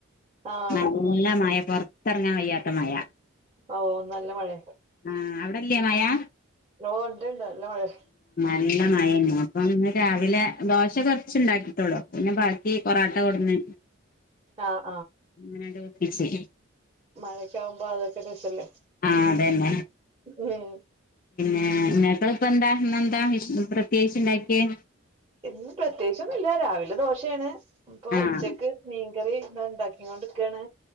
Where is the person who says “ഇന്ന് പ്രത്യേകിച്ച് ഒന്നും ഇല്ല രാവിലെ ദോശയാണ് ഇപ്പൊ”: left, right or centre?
Right